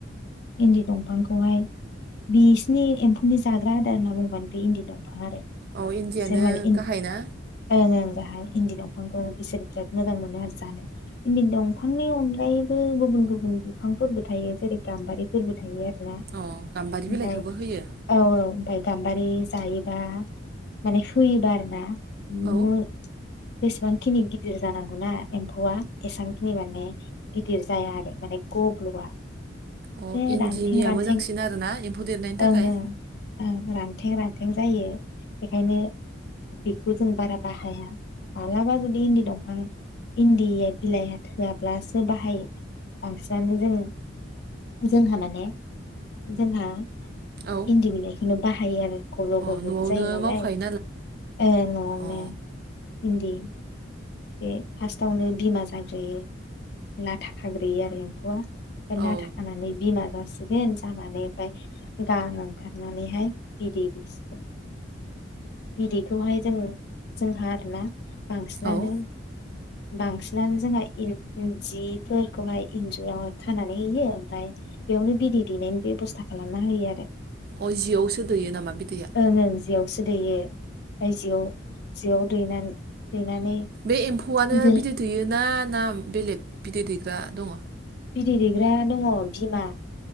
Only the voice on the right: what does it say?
औ इन्दियानो
गाहायना
अ गाम्बारि
बिलाइखौबो होयो
औ
अ
इन्दिनिया
मोजांसिन आरोना एम्फौ देरनायनि थाखाय
औ
अ
न'आवनो
मावखायो
अ
औ
औ
अ जियावसो दैयो नामा बिदैया?
बे एम्फौआनो
बिदै दैयोना? ना बेलेग बिदै दैग्रा दङ?